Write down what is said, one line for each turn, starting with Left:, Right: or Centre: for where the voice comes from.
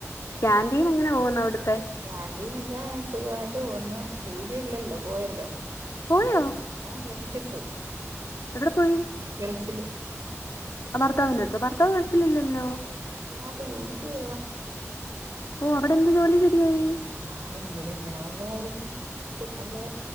Left: ക്യാന്റീൻ എങ്ങനെ പോകുന്നു അവ്ട്ത്തെ
Right: ക്യാന്റീനൊക്കെ സുഖായിട്ട് പോന്നു സൂര്യ ഇല്ലല്ലോ പോയല്ലോ
Left: പോയോ
Right: അവൻ വീട്ടിൽ പോയി
Left: എവടെ പോയി
Right: ഗൾഫില്
Left: ആ ഭർത്താവിന്റട്ത്ത് ഭർത്താവ് ഗൾഫില്ലല്ലോ
Right: അല്ലാതെ <unintelligible>
Left: ഓ അവടെ എന്ത് ജോലി ശെരിയായി
Right: ആഹ് ഇങ്ങനെ ഇങ്ങനെ വല്ലായിരിക്കും സു അല്ലേ